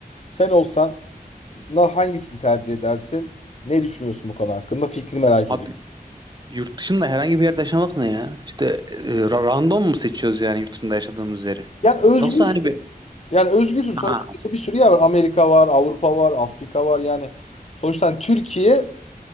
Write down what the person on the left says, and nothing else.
Sen olsan na- hangisini tercih edersin? Ne düşünüyorsun bu konu hakkında? Fikri merak
ediyorum.
Yani özgür
Yani özgürsün. Sonuçta
işte bir sürü yer var. Amerika var, Avrupa var, Afrika var. Yani sonuçta hani Türkiye,